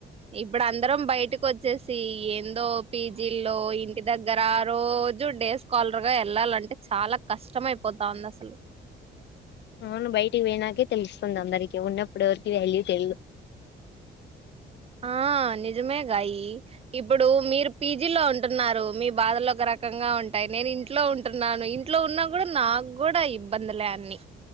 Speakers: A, on the right (about 30°); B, on the left (about 60°).
A: ఇప్పుడు అందరం బయటకి వచ్చేసి ఏందో పీజీలో ఇంటి దగ్గర రోజు డే స్కాలర్గా వెళ్ళాలంటే చాలా కష్టం అయిపోతా ఉంది అసలు
B: అవును బయటికి పోయినాకే తెలుస్తుంది అందరికి ఉన్నప్పుడు ఎవరికి వాల్యూ తెలిదు
A: ఆ నిజమే గాయి ఇప్పుడు మీరు పీజీలో ఉంటున్నారు మీ బాధలు ఒక రకంగా ఉంటాయి నేను ఇంట్లో ఉంటున్నాను ఇంట్లో ఉన్నా కూడా నాకు కూడా ఇబ్బందులే అన్ని